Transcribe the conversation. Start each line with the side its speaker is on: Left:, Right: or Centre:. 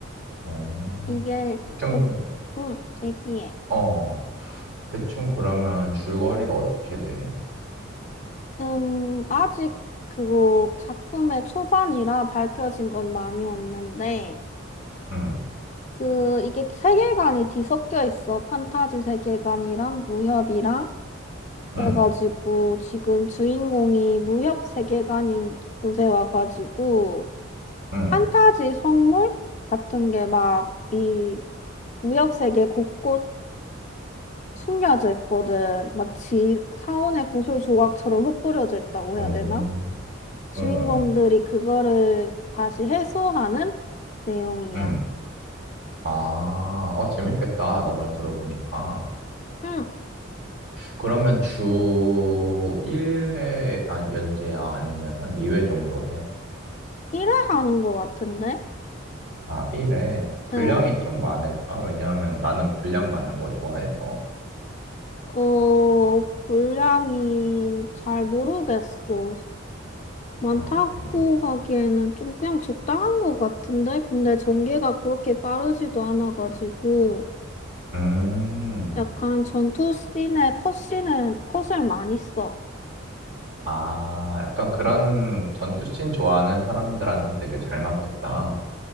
Right: 어,
Left: 이게
Right: 대충,
Left: 녹, 음, 얘기해.
Right: 어, 대충 그러면 줄거리가 어떻게 돼?
Left: 음, 아직 그거 작품의 초반이라 밝혀진 건 많이 없는데,
Right: 응,
Left: 그, 이게 세계관이 뒤섞여 있어. 판타지 세계관이랑 무협이랑. 그래가지고
Right: 응.
Left: 지금 주인공이 무협 세계관인 곳에 와가지고,
Right: 응.
Left: 판타지 선물 같은 게 막 이 무협 세계 곳곳이 숨겨져 있거든. 마치 사원의 구슬 조각처럼 흩뿌려져 있다고
Right: 오,
Left: 해야 되나? 주인공들이
Right: 응, 응,
Left: 그거를 다시 해소하는 내용이야.
Right: 응. 아, 어, 재밌겠다. 너 말 들어보니까.
Left: 응,
Right: 그러면 주 1회, 아니, 연재야? 아니면 한 2회 정도 해?
Left: 일회 하는 것 같은데?
Right: 아, 1회. 분량이
Left: 응,
Right: 좀 많을까? 왜냐하면 나는 분량 많은 거 좋아해서.
Left: 어, 분량이 잘 모르겠어. 많다고
Right: 아, 그래?
Left: 하기에는 좀 그냥 적당한 것 같은데? 근데 전개가 그렇게 빠르지도 않아가지고
Right: 음.
Left: 약간 전투 씬에 컷씬에 컷을 많이 써.
Right: 아, 약간 그런 전투씬 좋아하는 사람들한테 되게 잘 맞겠다.